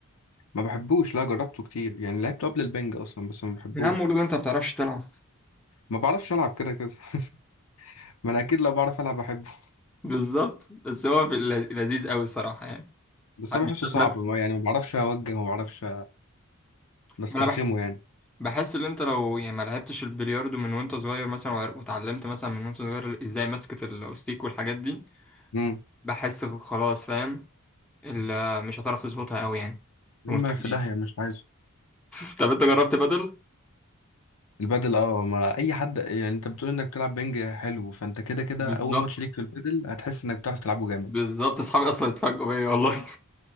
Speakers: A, on the left; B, in the centre.
A: ما بحبوش لا جربته كتير يعني لعبته قبل البنج اصلا بس ما بحبوش
B: يا عم قولوا لي أنت ما بتعرفش تلعب
A: ما بعرفش العب كده كده <laughs> ما انا اكيد لو بعرف العب بحبه
B: بالظبط بس هو في اللذ- لذيذ أوي الصراحة يعني
A: بس انا
B: بالذات
A: بحسه صعب
B: مثلا
A: ما- يعني ما بعرفش اوجه وما بعرفش بسترخمه
B: ما أنا
A: يعني
B: بحس ان انت لو يعني ما لعبتش البلياردو من وانت صغير مثلا وع- واتعلمت مثلا من وانت صغير ازاي ماسكة الاوستيك والحاجات دي
A: امم
B: بحس خلاص فاهم ال- مش هتعرف تظبطها قوي يعني وانت
A: اما
B: كبير
A: في داهيه مش عايزه
B: <laughs> طب انت جربت بدل
A: البادل اه ما اي حد يعني انت بتقول انك تلعب بنج حلو فانت كده كده
B: بالظبط
A: اول ماتش ليك في البادل هتحس انك بتعرف تلعبه جامد
B: بالظبط اصحابي اصلا اتفاجئوا بيا والله